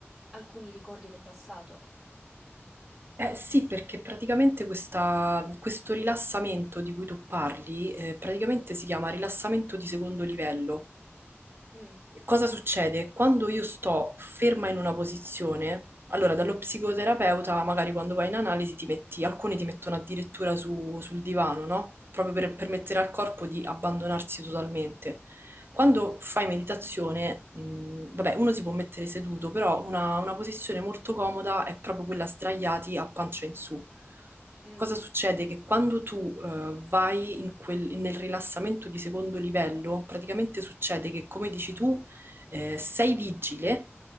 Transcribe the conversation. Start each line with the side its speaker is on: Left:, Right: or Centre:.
Centre: alcuni ricordi del passato.
Right: Eh sì, perché praticamente questa- questo rilassamento di cui tu parli, eh, praticamente si chiama rilassamento di secondo livello.
Centre: Mm,
Right: cosa succede? Quando io sto ferma in una posizione, allora dallo psicoterapeuta, magari quando vai in analisi ti metti, alcuni ti mettono addirittura su- sul divano, no? Proprio per
Centre: mhm,
Right: permettere al corpo di abbandonarsi totalmente.
Centre: esatto.
Right: Quando fai meditazione, mh, vabbè, uno si può mettere seduto, però una, una posizione molto comoda è proprio quella sdraiati a pancia in su.
Centre: Mhm,
Right: Cosa succede? Che quando tu eh, vai in quel- nel rilassamento di secondo livello, praticamente succede che, come dici tu, eh, sei vigile,